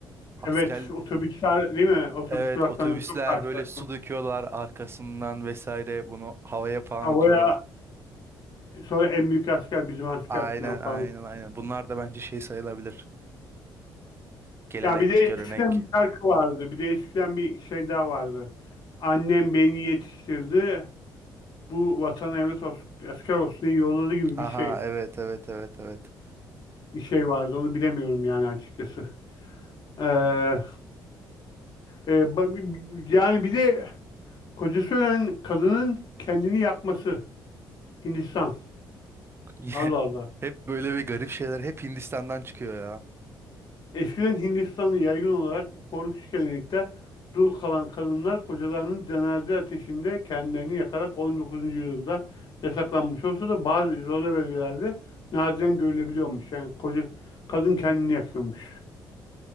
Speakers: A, on the right (about 30°); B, on the left (about 55°).
A: Asker
B: Evet. Otobüsler değil mi? Otobüs
A: evet
B: duraklarında
A: otobüsler
B: çok karşılaştım.
A: böyle su döküyorlar arkasından vesaire bunu havaya falan
B: Havaya
A: atıyorlar.
B: sonra en büyük asker bizim asker
A: Aynen
B: falan
A: aynen
B: falan.
A: aynen. Bunlar da bence şey sayılabilir. Gelenek,
B: Ya bir de eskiden
A: görenek.
B: bir şarkı vardı. Bir de eskiden bir şey daha vardı. Annem beni yetiştirdi. Bu vatan evlat olsun, asker olsun diye yolladı gibi
A: Aha
B: bir şey.
A: evet evet evet evet.
B: Bir şey vardı. Onu bilemiyorum yani açıkçası. Ee, e, ba- bi- bi- yani bir de kocası ölen kadının kendini yakması. Hindistan.
A: <laughs>
B: Allah Allah.
A: Hep böyle bir garip şeyler hep Hindistan'dan çıkıyor ya.
B: Eskiden Hindistan'da yaygın olarak bu korkunç gelenekte dul kalan kadınlar kocalarının cenaze ateşinde kendilerini yakarak 19. yüzyılda yasaklanmış olsa da bazı izole bölgelerde nadiren görülebiliyormuş. Yani koca kadın kendini yakıyormuş.